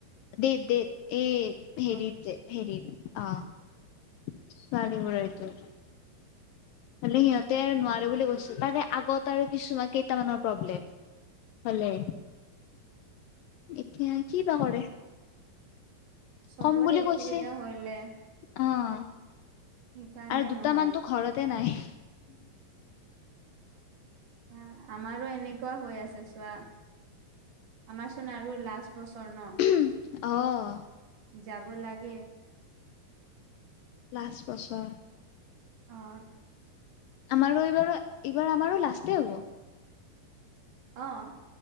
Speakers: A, on the left (about 75°); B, on the right (about 60°).
A: দেত দেত এই হেৰি
B: অ
A: যে হেৰি অঁ ছোৱালীবোৰৰ এইটো হলে সিহঁতে আৰু নোৱাৰে বুলি কৈছিল মানে আগত আৰু কিছুমান কেইটামানৰ প্ৰব্লেম হলে এতিয়া কি বা কৰে
B: চবৰে
A: কম বুলি
B: অসুবিধা
A: কৈছে
B: হ'লে
A: অ'।
B: সেইকাৰণে
A: আৰু দুটামানতো
B: নহয়
A: ঘৰতে নাই।
B: অ', আমাৰো এনেকুৱা হৈ আছে চ কুৱা, আমাৰচোন আৰু লাষ্ট বস্ স্বৰ্ণ,
A: অ
B: যাব লাগে।
A: লাষ্ট বছৰ।
B: অ'।
A: আমাৰো এইবাৰো, এইবাৰ আমাৰো লাষ্টেই হ'ব।
B: অ'।